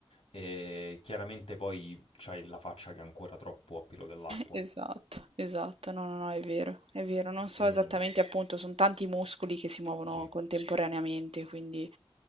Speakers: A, on the left (about 80°); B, on the right (about 80°).
A: eh, chiaramente poi c'hai la faccia che è ancora troppo a pelo dell'acqua.
B: Esatto, esatto. No, no, no, è vero, è vero. Non so
A: Ehm,
B: esattamente, appunto, sono tanti muscoli che si muovono
A: sì, eh,
B: Sì. contemporaneamente, quindi